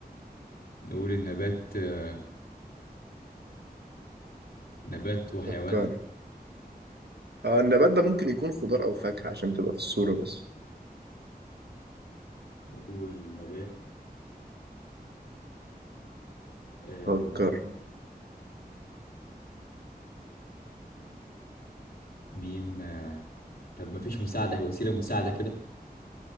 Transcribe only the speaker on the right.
فكر اه النبات ده ممكن يكون خضار او فاكهة عشان تبقى في الصورة بس
فكر